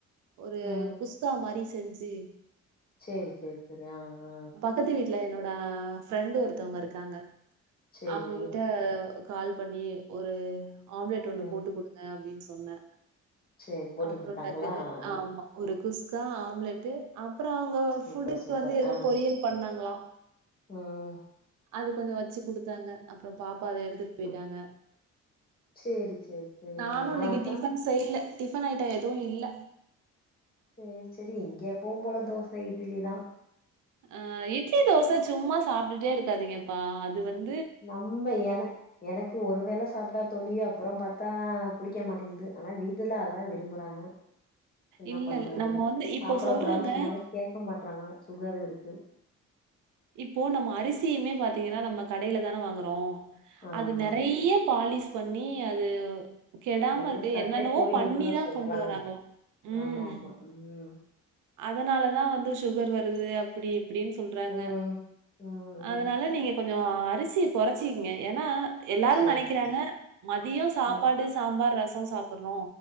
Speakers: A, on the right; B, on the left.
A: ஒரு
B: ம்
A: குஸ்கா மாரி செஞ்சு
B: சேரி செரி செரி ஆ ஆ
A: க்கத்து வீட்ல என்னோட ஃப்ரெண்ட் ஒருத்தவ்ங்க இருக்காங்க
B: சேரி
A: அவங்ககிட்ட கால் பண்ணி ஒரு ஆம்லெட் ஒன்னு
B: ம்
A: போட்டு குடுங்க அப்டின் சொன்ன
B: சேரி போட்டு
A: அப்றோ
B: குடுத்தாங்களா
A: டக் டக்குன்
B: ஆ
A: ஆமா
B: ஆ
A: ஒரு குஸ்கா ஆம்லெட் அப்றோ அவங்க
B: சூப்பர்
A: ஃபுட்டுக்கு
B: சூப்பர்
A: வந்து எதோ
B: ஆ
A: பொரியல் பண்ணாங்களா
B: ம்
A: அது கொஞ்சொ வச்சு குடுத்தாங்க அப்றோ பாப்பா அத எடுத் துட் போயிட்டாங்க
B: ம் சேரி சேரி சேரி
A: நானு
B: நா
A: இன்னிக்கு
B: அதா
A: டீ செய்ல டிஃபன் ஐட்டோ எதுவு இல்ல
B: சேர் செரி இங்கே எப்போவும் போல தோச இட்லிதா
A: அ இட்லி தோச சும்மா சாப்ட்டுக்ட்டே இருக்காதீங்கப்பா அது வந்
B: நம்ப என எனக்கு ஒரு வேள சாப்ட்டா தோழி அப்பறோ பாத் தா புடிக்க மாட்டிங்து ஆனா வீட்டுல அதுதா விரும்புறாங்க என்னா
A: இல்ல
B: பண்றது
A: இல்ல நம்ம வந்து இப்போ
B: சாப்பட
A: சொல்றாங்க
B: கூடாதுன் சொன்னாலு கேக்க மாட்றாங்க சுகர் இருக்கு
A: இப்போ நம்ம அரிசியுமே பாத்தீங்கன்னா நம்ம கடைல தான வாங்கறோ
B: ஆமா
A: அது நெறைய பாலிஸ் பண்ணி அது கெடாம
B: அதுல உள்ள
A: இருக்க
B: சத்தே
A: என்னென்னவோ
B: போயிடுதுன்னு
A: பண்ணி தா
B: சொல்றாங்க
A: கொண்டு வராங்களா ம்
B: ஆமா ஆமா ம்
A: அதனாலதா வந்து சுகர் வருது அப்பிடி இப்பிடின் சொல்றாங்க
B: ம் ம் ம்
A: அதனால நீங்க கொஞ்சோ அரிசிய கொறைச்சிக்ங்க ஏனா எல்லாரு
B: சேரி
A: நெனைக்கிறாங்க
B: சேரி
A: மதியோ சாப்பாடு,
B: ம்
A: சாம்பார், ரசோ சாப்பட்றோ